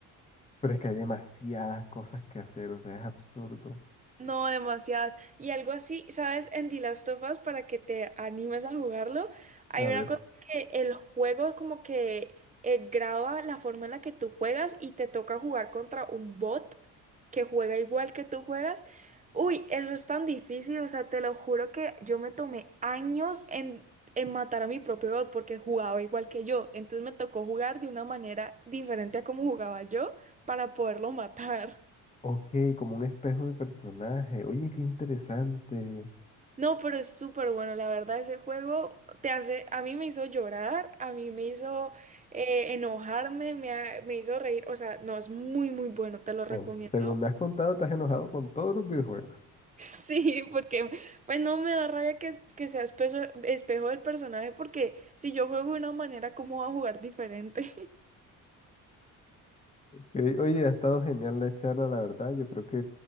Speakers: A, on the left; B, on the right.
A: Pero es que hay demasiadas cosas que hacer, o sea, es absurdo.
B: No, demasiadas. Y algo así, ¿sabes? En The Last of Us, para que te animes a jugarlo, hay
A: A
B: una
A: ver.
B: cosa que el juego como que eh, graba la forma en la que tú juegas y te toca jugar contra un bot que juega igual que tú juegas. Uy, eso es tan difícil, o sea, te lo juro que yo me tomé años en, en matar a mi propio bot porque jugaba igual que yo. Entonces me tocó jugar de una manera diferente a como jugaba yo para poderlo matar.
A: Ok, como un espejo de personaje. Oye, qué interesante.
B: No, pero es súper bueno, la verdad, ese juego te hace, a mí me hizo llorar, a mí me hizo eh, enojarme, me, ha- me hizo reír, o sea, no, es muy, muy bueno, te lo
A: Bueno,
B: recomiendo.
A: según
B: <laughs>
A: me has contado, estás enojado con todos los videojuegos.
B: Sí, porque pues no me da rabia que, que sea espeso- espejo del personaje, porque si yo juego de una manera, ¿cómo voy a jugar diferente?
A: Eh, Oye, ha estado genial la charla, la verdad. Yo creo que